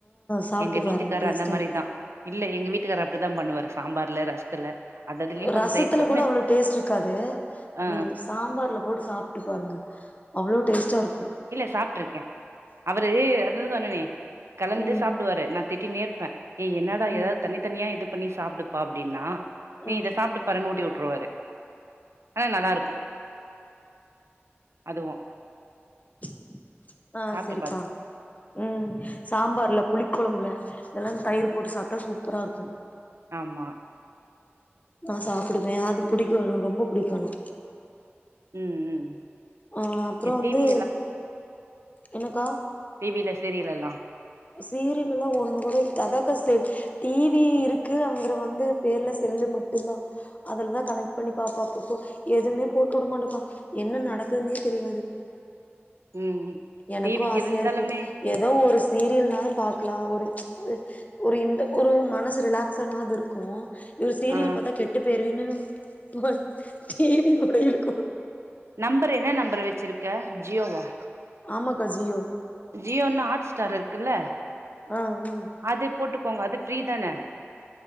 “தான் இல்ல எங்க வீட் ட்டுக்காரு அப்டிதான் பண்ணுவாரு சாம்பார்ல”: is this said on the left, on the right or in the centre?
Right